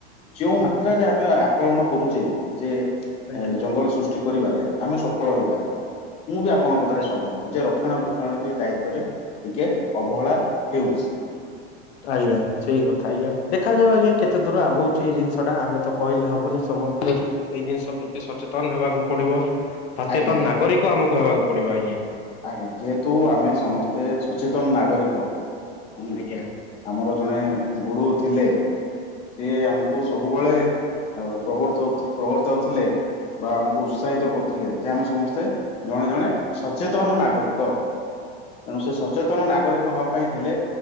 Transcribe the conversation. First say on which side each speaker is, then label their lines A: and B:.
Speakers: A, on the left; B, on the left.
A: ଯୋଉ ମାତ୍ରରେ ଆମେ ଆକଳନ କରୁଛେ ଯେ
B: ଆଜ୍ଞା
A: ଏ ଜଙ୍ଗଲ ସୃଷ୍ଟି କରିବାରେ ଆମେ ସଫଳ ହେଇପାରିବା ମୁଁ ବି ଆପଣଙ୍କ କଥାରେ
B: ଆଜ୍ଞା।
A: ସହମତ ଯେ ର ରଣା ବକ୍ଷଣ ଦାୟିତଵରେ ଟିକେ ଅବହେଳା ହେଉଛି।
B: ଆଜ୍ଞା ସେଇ କଥା ଆଜ୍ଞା ଦେଖାାଯାଉ ଆଜ୍ଞା କେତେ ଦୂର ଆଗଉଛି ଏଇ ଜିନିଷ ଟା ଆମେ ତ କହିଲେ ହବନି। ସମସ୍ତେ ଏଇ ଜିନିଷ ପ୍ରତି ସଚେତନ ହେବାକୁ ପଡିବ। ସଚେତନ
A: ଆଜ୍ଞା ଆଜ୍ଞା
B: ନାଗରିକ ଆମକୁ ହେବାକୁ ପଡିବ ଆଜ୍ଞା।
A: ଆଜ୍ଞା ଯେହେତୁ ଆମେ ସମସ୍ତେ ସଚେତନ ନାଗରିକ ହୁଁ
B: ଆଜ୍ଞା
A: ଆମର ଜଣେ ଗୁରୁ ଥିଲେ। ସିଏ ଆମକୁ ସବୁବେଳେ ପ୍ରବର୍ତଉ ପ୍ରବର୍ତ୍ତଉଥିଲେ ବା ଆମକୁ ଉତ୍ସାହିତ କରୁଥିଲେ ଯେ ଆମେ ସମସ୍ତେ ଜଣେ ଜଣେ ସଚେତନ ନାଗରିକ ତେଣୁ ସେ ସଚେତନ ନାଗରିକ ହବା ପାଇଁ ହେଲେ